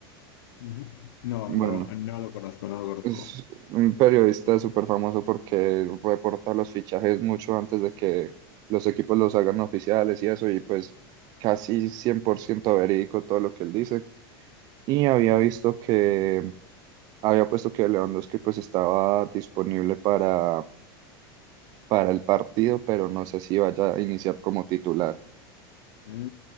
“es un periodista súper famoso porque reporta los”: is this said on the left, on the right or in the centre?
Right